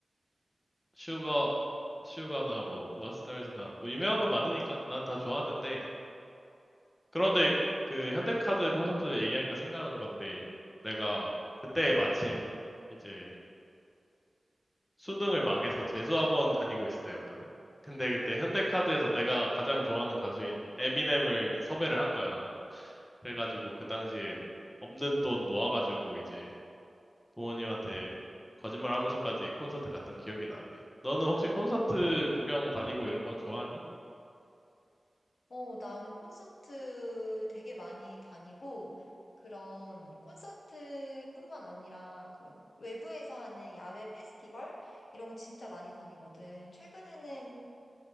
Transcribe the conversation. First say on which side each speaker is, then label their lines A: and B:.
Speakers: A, on the left; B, on the left.
A: Sugar, Sugar나 뭐, Lost Stars나 뭐, 유명한 거 많으니까 난 다 좋아하는데, 그런데 그 현대카드 콘서트 얘기하니까 생각난 건데 내가 그때 마침 이제 수능을 망해서 재수학원 다니고 있을 때였거든. 근데 그때 현대카드에서 내가 가장 좋아하는 가수인 에미넴을 섭외를 한 거야. 그래가지고 그 당시에 없는 돈 모아가지고 이제 부모님한테 거짓말 하면서까지 콘서트 갔던 기억이 나네. 너는 혹시 콘서트 구경 다니고 이런 거 좋아하니?
B: 어, 나는 콘서트 되게 많이 다니고, 그런 콘서트뿐만 아니라 그런 외부에서 하는 야외 페스티벌? 이런 거 진짜 많이 다니거든. 최근에는,